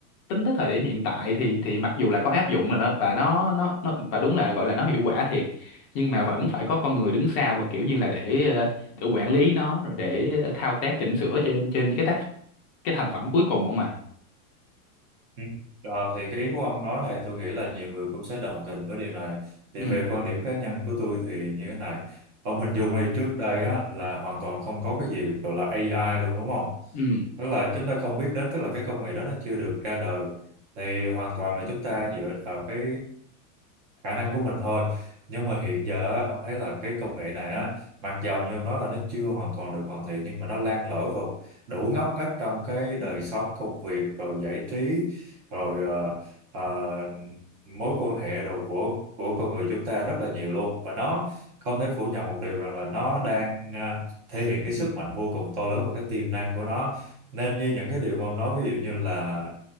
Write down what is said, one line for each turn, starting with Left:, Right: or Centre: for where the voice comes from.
Left: tính tới thời điểm hiện tại thì thì mặc dù là có áp dụng là nó và nó nó nó và đúng là gọi là nó hiệu quả thiệt nhưng mà vẫn phải có con người đứng sau mà kiểu như là để ờ, để quản lý nó rồi để ờ, thao tác chỉnh sửa trên trên cái tác cái thành phẩm cuối cùng không mà
Right: Ừ. Ờ, thì cái ý của ông nói này tôi nghĩ là nhiều người cũng sẽ đồng tình với điều này thì
Left: ừ
Right: về quan điểm cá nhân của tôi thì như thế này ông hình dung đi trước đây á, là hoàn toàn không có cái gì gọi là AI luôn đúng không
Left: ừ
Right: tức là chúng ta không biết đến tức là cái công nghệ đó nó chưa được ra đời thì hoàn toàn là chúng ta dựa vào cái khả năng của mình thôi nhưng mà hiện giờ á, ông thấy là cái công nghệ này á mặc dầu như ông nói là nó chưa hoàn toàn được hoàn thiện nhưng mà nó lan lỡ vào đủ ngóc ngách trong cái đời sống công việc rồi giải trí rồi ờ, ờ, mối quan hệ đồ của của con người chúng ta rất là nhiều luôn và nó không thể phủ nhận một điều rằng là nó đang à, thể hiện cái sức mạnh vô cùng to lớn và cái tiềm năng của nó nên như những cái điều mà ông nói ví dụ như là